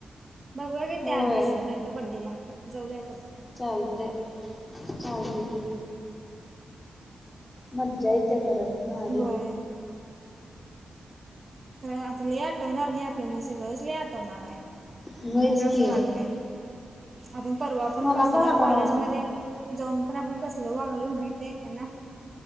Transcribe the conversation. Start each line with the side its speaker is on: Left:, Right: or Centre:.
Right: बघूया घे त्या
Left: होय
Right: आधीच नाही तर बड्डेला जाऊया आपण.
Left: चालतय चालतंय कि मज्जा ये येत्या खर भारी
Right: वय खरं आता लय आठवणार घे आपल्याणा सगळंच लय आठवणार आहे.
Left: व्हयच
Right: मला तर असं
Left: की
Right: वाटतय आपण परवा पण
Left: मला
Right: कसल्या
Left: आठवना
Right: कॉलेज मध्ये जाऊन पण आपण कसल वागलोय माहित आहे का ना